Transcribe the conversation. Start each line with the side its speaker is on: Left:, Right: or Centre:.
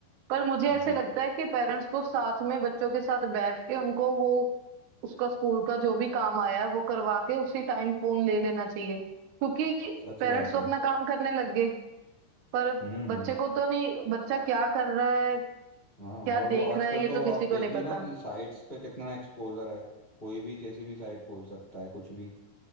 Right: पर मुझे
Left: जी
Right: ऐसे लगता
Left: जी
Right: है कि पेरेंट्स को साथ में बच्चों के साथ बैठ के उनको वो उसका स्कूल का जो भी काम आया है वो करवा के उसी टाइम फोन ले लेना चाहिए क्योंकि
Left: सच
Right: पेरेंट्स
Left: बात
Right: तो
Left: है
Right: अपना काम करने लग गए पर
Left: हम्म हम्म।
Right: बच्चे को तो नहीं बच्चा क्या कर रहा है
Left: हाँ
Right: क्या
Left: और वो
Right: देख
Left: आजकल
Right: रहा है ये
Left: तो
Right: तो किसी
Left: आप देखिए
Right: को नहीं पता
Left: ना कि साइट्स पे कितना एक्सपोजर है कोई भी किसी भी साइट खोल सकता है कुछ भी